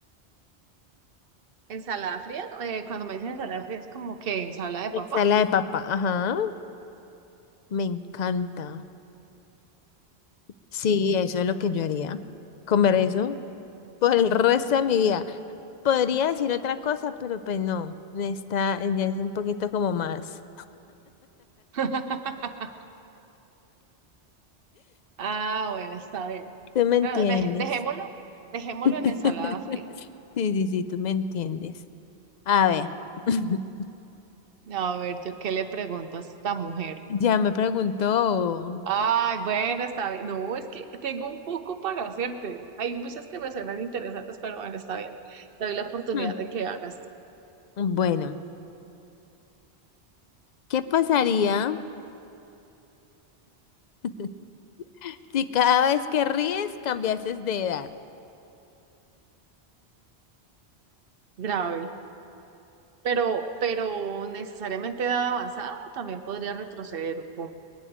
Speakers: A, on the right; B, on the left.
A: ¿Ensalada fría? Eh, cuando me dicen ensalada fría es como que ensalada de papa.
B: Ensalada de papa, ajá. Me encanta. Sí, eso es lo que yo haría. Comer eso. por el resto de mi vida. Podría decir otra cosa, pero pues no, está, ya es un poquito como más.
A: <laughs> Ah, bueno, está bien.
B: ¿Tú me entiendes?
A: No, dej- dejémoslo, dejémoslo
B: <laughs>
A: en ensalada fría.
B: Sí, sí, sí, tú me entiendes. A ver, <laughs>
A: No, A ver, yo qué le pregunto a esta mujer.
B: ya me preguntó.
A: Ay, bueno, está bien. No, es que tengo un poco para hacerte. Hay muchas que me suenan interesantes, pero bueno, está bien. Te doy la oportunidad
B: Hmm,
A: de que hagas tú.
B: Bueno, ¿qué pasaría <laughs> si cada vez que ríes cambiases de edad?
A: Grave. Pero, pero necesariamente edad avanzada o también podría retroceder. ¿o cómo?